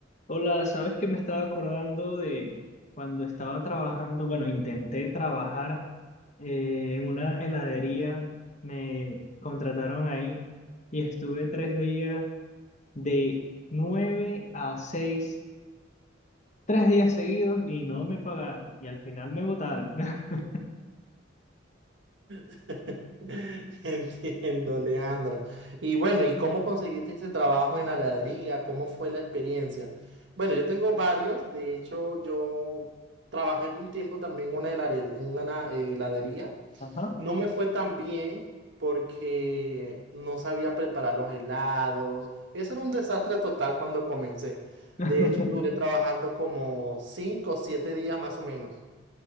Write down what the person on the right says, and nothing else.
<laughs> Entiendo, Leandro. Y bueno, ¿y cómo conseguiste ese trabajo en la heladería? ¿Cómo fue la experiencia? Bueno, yo tengo varios. De hecho, yo trabajé un tiempo también en una helare- en una heladería.
No me fue tan bien porque no sabía preparar los helados. Eso era un desastre total cuando comencé.
De hecho, duré trabajando como cinco o siete días más o menos.